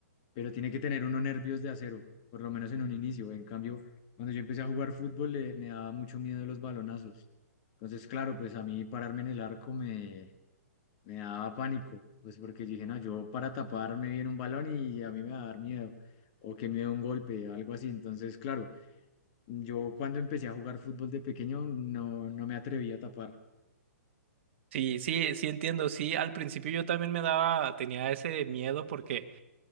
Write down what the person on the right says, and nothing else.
Sí, sí, sí entiendo, sí, al principio yo también me daba, tenía ese miedo porque...